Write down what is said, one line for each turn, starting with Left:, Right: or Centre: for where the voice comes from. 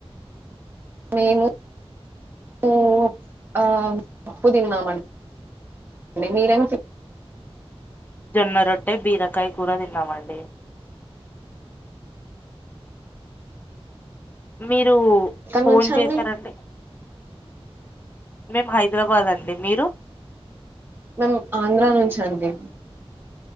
Right: మేము ప్పూ ఆ అప్పు తిన్నామండ్ ండి మీరేం తీ
Left: జొన్న రొట్టె బీరకాయ్ కూర తిన్నామండి మీరు
Right: ఎక్కడ
Left: ఫోన్
Right: నుంచి అండి
Left: చేసారంటె మేమ్ హైదరాబాద్ అండి మీరు
Right: మేం ఆంధ్ర నుంచ్ అండి